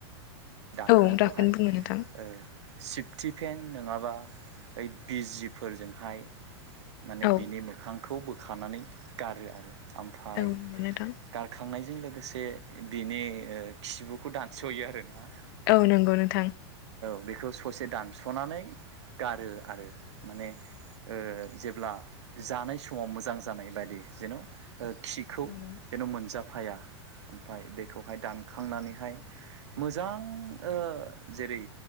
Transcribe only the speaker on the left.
औ
दाखौनो बुङो नोंथां
औ
औ नंगौ नोंथां
औ नंगौ नोंथां।
औ नंगौ